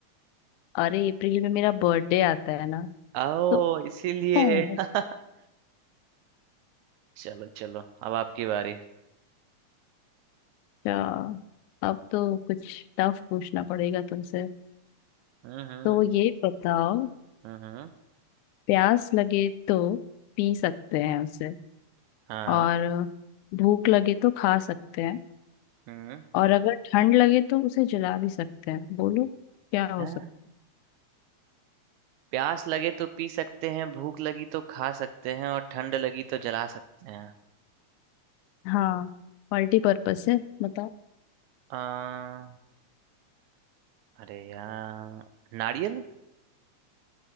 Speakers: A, on the left; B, on the right.
A: अरे अप्रैल में मेरा बर्थडे आता है ना
B: आओ
A: तो
B: इसीलिए
A: है,
B: <laughs> चलो चलो अब आपकी बारी
A: अच्छा अब तो कुछ टफ पूछना पड़ेगा तुमसे
B: हम्म हम्म
A: तो ये बताओ
B: हम्म हम्म,
A: प्यास लगे तो पी सकते हैं उसे
B: हाँ
A: और भूख लगे तो खा सकते हैं
B: हम्म
A: और अगर ठंड लगे तो उसे जला भी सकते हैं बोलो क्या हो
B: हाँ,
A: सकता है?
B: प्यास लगे तो पी सकते हैं भूख लगी तो खा सकते हैं और ठंड लगी तो जला सकते हैं
A: हाँ मल्टी पर्पस है बताओ
B: आ, अरे यार नारियल